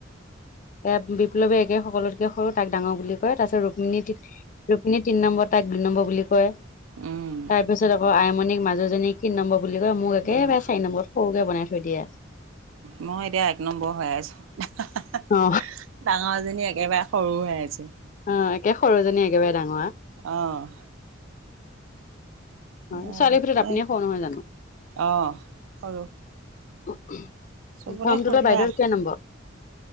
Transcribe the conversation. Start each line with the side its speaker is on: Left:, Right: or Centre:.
Left: এ বিপ্লৱে একে সকলোতকে সৰু তাক ডাঙৰ বুলি কয় তাৰপিছত ৰুক্মিী তি ৰোপিনীয়ে তিনি নম্বৰ তাইক দুই নম্বৰ বুলি কয়।
Right: উম
Left: তাৰপিছত আকৌ আইমনিক মাজুজনীক কি নম্বৰ বুলি কয় মোক একে
Right: উম
Left: ব চাৰি নম্বৰ সৰুকৈ বনাই থৈ দিয়ে।
Right: মই এতিয়া এক নম্বৰ হৈ আছোঁ।
Left: অ
Right: ডাঙৰজনী একেবাৰে সৰু হৈ আছে।
Left: অ' একে সৰুজনী একেবাৰে ডাঙৰ।
Right: অ'। অঁ
Left: হয় ছোৱালীৰ ভিতৰত আপুনিে
Right: এ
Left: খব নহয় জানো?
Right: অঁ সৰু
Left: ফৰ্ম
Right: চবতে সৰুৱা
Left: তোুলা বাইদেউৰ কিয় নম্বৰ?